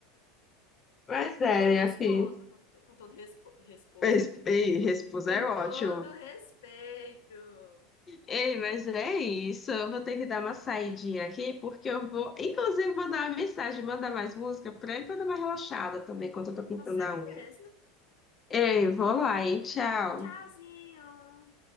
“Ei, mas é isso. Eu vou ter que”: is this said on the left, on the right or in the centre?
Left